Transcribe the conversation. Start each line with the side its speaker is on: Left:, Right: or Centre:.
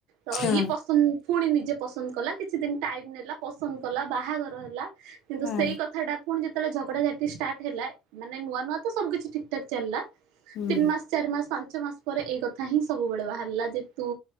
Right: ତ
Left: ହଁ।
Right: ଇଏ ପସନ୍ଦ ପୁଣି ନିଜେ ପସନ୍ଦ କଲା କିଛି ଦିନ ଟାଇମ ନେଲା ପସନ୍ଦ କଲା ବାହାଘର ହେଲା କିନ୍ତୁ
Left: ହଁ
Right: ସେଇ କଥା ଟା ପୁଣି ଯେତେବେଳେ ଝଗଡାଝାଟି ଷ୍ଟାର୍ଟ ହେଲା ମାନେ ନୂଆ ନୂଆ ତ ସବୁ କିଛି ଠିକ୍ ଠାକ୍ ଚାଲିଲା
Left: ହୁଁ
Right: ତିନି ମାସ ଚାରି ମାସ ପାଞ୍ଚ ମାସ ପରେ ଏଇ କଥା ହିଁ ସବୁବେଳେ ବାହାରିଲା ଯେତୁ